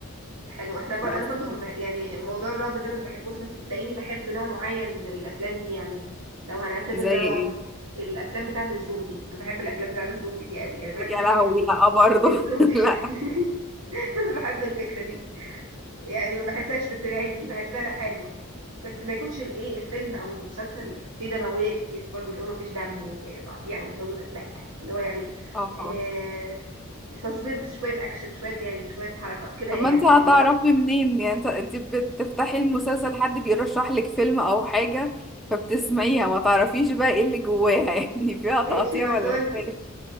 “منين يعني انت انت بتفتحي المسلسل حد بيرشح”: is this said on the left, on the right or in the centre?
Centre